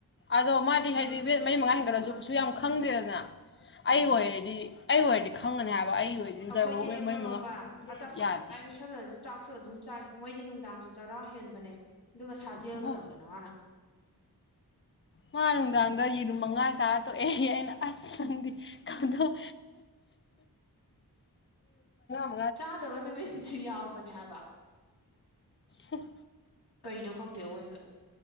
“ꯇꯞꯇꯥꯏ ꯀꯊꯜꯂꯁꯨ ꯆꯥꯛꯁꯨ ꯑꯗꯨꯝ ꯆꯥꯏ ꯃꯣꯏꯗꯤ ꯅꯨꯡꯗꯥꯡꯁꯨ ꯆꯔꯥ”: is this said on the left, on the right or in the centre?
Left